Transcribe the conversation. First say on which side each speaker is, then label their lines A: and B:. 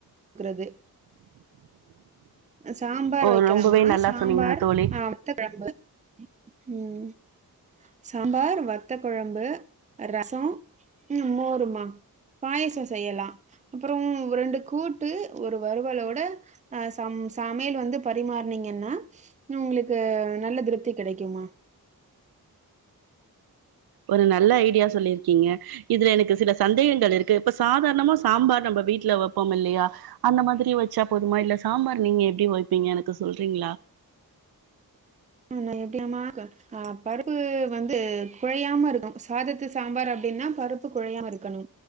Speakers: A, on the right; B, on the right.
A: க்கிறது சாம்பார்
B: ஓ
A: வைக்கலாமா
B: ரொம்பவே நல்லா
A: சாம்பார்
B: சொன்னீங்க தோழி
A: ஆஹ் வத்தகொழம்பு உம் சாம்பார் வத்த கொழம்பு ரச உம் மோருமா பாயச செய்யலா அப்புற ரெண்டு கூட்டு ஒரு வருவலோட அஹ் ச சமையல் வந்து பரிமாறுனீங்கன்னா உங்களுக்கு நல்ல திருப்தி கிடைக்குமா
B: ஒரு நல்ல ஐடியா சொல்லிருக்கீங்க இதுல எனக்கு சில சந்தேகங்கள் இருக்கு இப்ப சாதாரணமா சாம்பார் நம்ம வீட்டுல வப்போம் இல்லையா அந்த மாதிரி வச்சா போதுமா இல்ல சாம்பார் நீங்க எப்டி வைப்பீங்க எனக்கு சொல்றீங்களா
A: ஆ எப்படினா ஆஹ் பருப்பு வந்து குழையாம இருக்கணு சாதத்து சாம்பார் அப்படின்னா பருப்பு குழையாம இருக்கணு